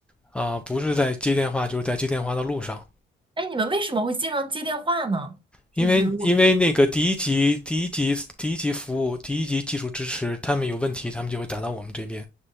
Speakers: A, in the centre; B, on the right.
A: 啊、呃不是在接电话，就是在接电话的路上。
B: 哎，你们为什么会经常接电话呢？
A: 因为因为那个第一级、
B: 就是如果是
A: 第一级、第一级服务、第一级技术支持，他们有问题，他们就会打到我们这边。